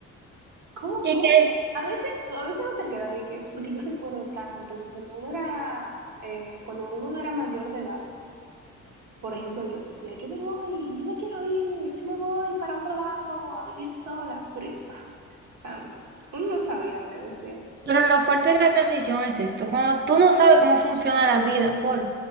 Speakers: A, on the right; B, on the right.
A: ¿cómo,
B: ¿Y
A: cómo?
B: qué?
A: A veces, a veces no se queda de que, porque yo recuerdo tanto que cuando uno era, eh, cuando uno no era mayor de edad, por ejemplo, yo decía, yo me voy, yo me quiero ir, yo me voy para otro lado a vivir sola. Pero, ah, santo, uno no sabía lo que decía.
B: Pero lo fuerte de la transición es esto, cuando tú no sabes cómo funciona la vida, por